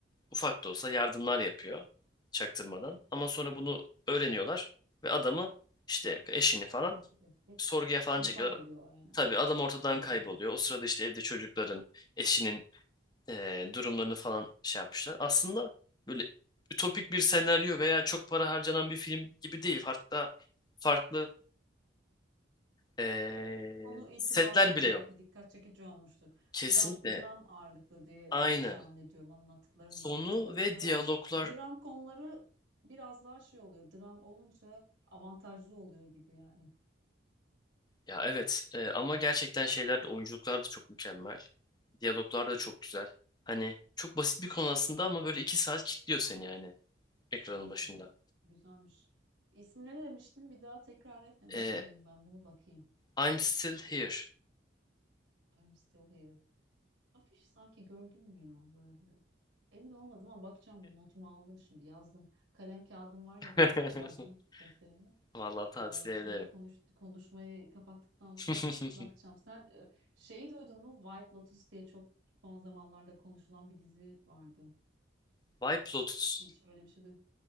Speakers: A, on the left; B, on the right.
A: ufak da olsa yardımlar yapıyor çaktırmadan. Ama sonra bunu öğreniyorlar ve adamı işte eşini falan
B: Tabii.
A: sorguya falan
B: İnfaz
A: çekiyorlar.
B: ediyor aynen.
A: Tabii adam ortadan
B: Sorguya
A: kayboluyor. O sırada işte evde çocukların, eşinin eee, durumlarını falan şey yapmışlar. Aslında böyle ütopik bir senaryo veya çok para harcanan bir film gibi değil. Hatta farklı eee,
B: Konu itibariyle
A: setler bile
B: belki
A: yok.
B: dikkat çekici olmuştur.
A: Kesinlikle
B: Dram, dram ağırlıklı diye e,
A: aynı.
B: tahmin ediyorum anlattıklarından
A: Sonu
B: yola çıkarak.
A: ve diyaloglar
B: Dram konuları biraz daha şey oluyor. Dram olunca avantajlı oluyor gibi yani.
A: ya evet e, ama gerçekten şeyler de oyunculuklar da çok mükemmel. Diyaloglar da çok güzel. Hani çok basit bir konu aslında ama böyle iki saat kilitliyor seni yani ekranın
B: Hmm,
A: başında.
B: güzelmiş. İsmi ne demiştin? Bir daha tekrar etme. Not
A: E,
B: alayım ben bunu bakayım.
A: I'm still here.
B: I'm still here. Afiş sanki gördün mü ya böyle? Emin olmadım ama bakacağım bunu. Notumu aldım şimdi yazdım. Kalem kağıdım var yanımda.
A: <laughs>
B: Yazdım defterimi.
A: Vallahi tavsiye
B: Ee, sonra
A: ederim.
B: konuş, konuşmayı kapattıktan sonra
A: <laughs>
B: bakacağım. Sen e, şeyi duydun mu? White Lotus diye çok son zamanlarda konuşulan bir dizi vardı.
A: White Lotus.
B: Hiç öyle bir şey duydun.